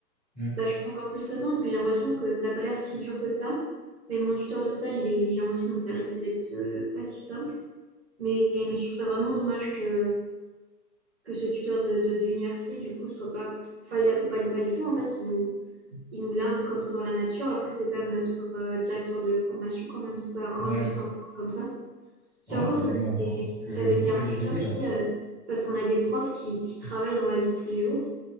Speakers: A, in the centre; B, on the right.
A: mm,
B: Bah, je trouve ça encore plus stressant parce que j'ai l'impression que ça n'a pas l'air si dur que ça. Mais mon tuteur de stage, il est exigeant aussi, donc ça risque d'être euh, pas si simple. Mais, mais je trouve ça vraiment dommage que, que ce tuteur de, de- d'université, du coup, soit pas... Enfin, il accompagne pas du tout, en fait. Il nous, il nous largue comme ça dans la nature, alors que c'est quand même notre euh, directeur de formation, quand même. C'est pas un,
A: mm. Ouais.
B: juste un prof comme ça. Si
A: En vrai,
B: encore,
A: c'est dommage,
B: ça avait
A: hein,
B: été,
A: parce qu'ils
B: ça avait été
A: pourraient
B: un
A: vous
B: tuteur,
A: aider,
B: tu
A: là.
B: sais, euh, parce qu'on a des profs qui, qui travaillent dans la vie de tous les jours